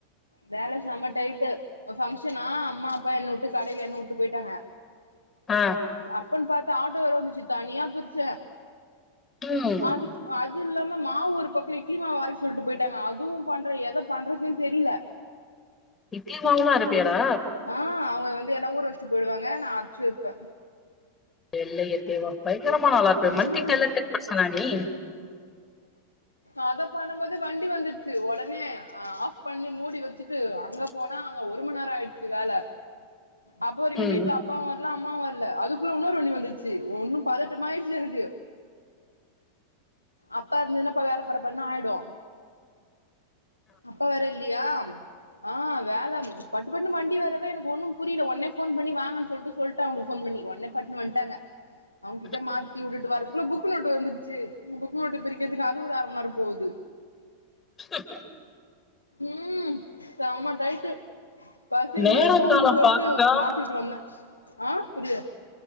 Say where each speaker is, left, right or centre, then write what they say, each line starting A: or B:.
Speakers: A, on the left; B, on the left.
A: வேல செம டைட்டு ஒரு பங்க்ஷனா அம்மா அப்பா என்ன உட்டு கடையில என்ன உட்டு போயிட்டாங்க
B: ஆ
A: அப்பன்னு பாத்து ஆட்டோ வேர வந்துச்சு தனியா பிரிச்சே
B: ம்
A: அதுக்கு அது இல்லாம மாவு ஒரு பக்கோ இட்லி மாவு அரைக்க சொல்லிட்டு போயிட்டாங்க அதுவு பண்ற எத பண்றதுன்னு தெரியுல
B: இட்லி மாவுலா அரப்பியாடா
A: ஆ அவுங்க வந்து எல்லா ஊர வெச்சிட்டு போயிடுவாங்க நா அரச்சு வெப்பே
B: வெள்ளைய தேவா பயங்கரமான ஆளா இருப்பியா
A: ம்
B: மல்டி டேலெண்ட்டட் பர்சனா நீ
A: அத பண்ணும்போது வண்டி வந்துட்சு ஒடனே ஆஃப் பண்ணி மூடி வெச்சுட்டு அங்க போனா அங்க ஒரு மணி நேரோ ஆயிடுச்சு வேல அப்ப வரிக்கோ
B: ம்
A: வீட்ல அப்பாவு வர்ல அம்மாவு வர்ல அதுக்குள்ள உன்னோரு வண்டி வந்துருச்சு ஒன்னு பதட்டமாயிடு்ச்சி எனக்கு அப்பா இருந்ததுன்னா அப்ப வேல பட படன்னு ஆயிடோ அப்பா வேர இல்லியா ஆ வேலை பட்டு பட்டு வண்டி வரவே எனக்கு ஒண்ணு புரியுல ஒன்னே ஃபோன் பண்ணி வாங்கன்னு சொல்ட்டு சொல்ட்ட அவுங்குளுக்கு ஃபோன் பண்ணி ஒட்னே பட்னு வன்ட்டாங்க
B: <unintelligible>
A: இத மாத்தி வுட்டுட்டு வரதுகுள்ள புக்கு நோட்டு் வந்துச்சு புக்கு நோட்டு் பிரிக்கிறதுக்கு அது ஒரு அர மண்நேரோ போது
B: <inaudible>
A: ம் செம்ம டைட்டு பசி
B: நேரோ
A: உயிர போகுதுன்னு
B: காலோ
A: சொல்ட்டு
B: பாக் கால
A: மாத்தி வுட்டு வந்தே ஆ புரில